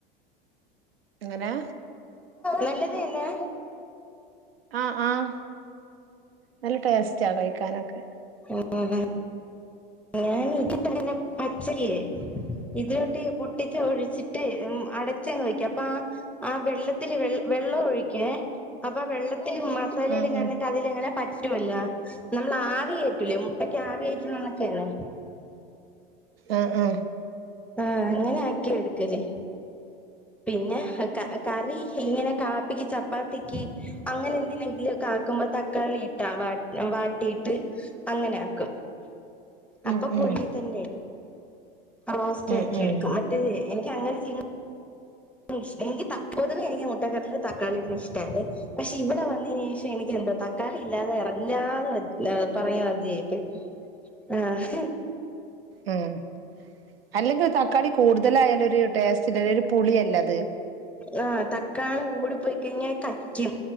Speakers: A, on the right; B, in the centre.
A: എങ്ങനാ
B: നല്ലത് തന്നെ?
A: ആഹ് ആഹ്. നല്ല ടേസ്റ്റാ കഴിക്കാനൊക്കെ.
B: ഉം ഹും ഞാൻ <unintelligible> പച്ചക്ക് ഇതിലോട്ട് പൊട്ടിച്ച് ഒഴിച്ചിട്ട് ഉം അടച്ചങ്ങ് ഒഴിക്കാം അപ്പ ആ ആഹ് വെള്ളത്തില് വെള് വെള്ളവും ഒഴിക്ക്വേ അപ്പൊ ആ വെള്ള ത്തിലും മസാലയിലും
A: ആ
B: കെടന്നിട്ട്
A: ആ
B: അതിലങ്ങനെ പറ്റുവല്ലോ നമ്മൾ ആവികേറ്റൂലേ മുട്ടക്കാവികേറ്റ്ണ കേണ്.
A: ആഹ് ആഹ്
B: ആഹ് അങ്ങനെ ആക്കി എടുക്കല് പിന്നെ ക കറി ഇങ്ങനെ കാപ്പിക്ക് ചപ്പാത്തിക്ക് അങ്ങനെ എന്തെങ്കിലൊക്കെ ആക്കുമ്പോ തക് ക്കാളിയിട്ടാ വാ വാട്ടിട്ട് അങ്ങനെ ആക്കും
A: ഉം
B: അപ്പൊ പുഴുങ്ങി
A: ഉം
B: തന്നെ, റോസ്റ്റാക്കി
A: ഉം ഉം
B: എടുക്കും മറ്റേത് എനിക്കങ്ങനെ ചെയ്യ് ന്നും എനിക്ക് തക് പൊതുവേ എനിക്ക് മുട്ടക്കറീല് തക്കാളി ഇടുന്ന ഇഷ്ട അല്ലേ പക്ഷെ ഇവിടെ വന്നേന് ശേഷം എനിക്ക് എന്താ തക്കാളി ഇല്ലാതെ ഇറങ് ഞ്ഞാന്ന് പറയ്ഞ്ഞ മാതിരിയായിപ്പോയി ആഹ് ഹ്
A: ഉം അല്ലെങ്കി തക്കാളി കൂടുതലായാലൊര് ടേസ്റ്റ്ല്ല ഒരു പുളിയല്ലത്
B: ആഹ് തക്കാളി കൂടി പ്പൊയ്ക്കഴ്ഞ്ഞാ കക്കും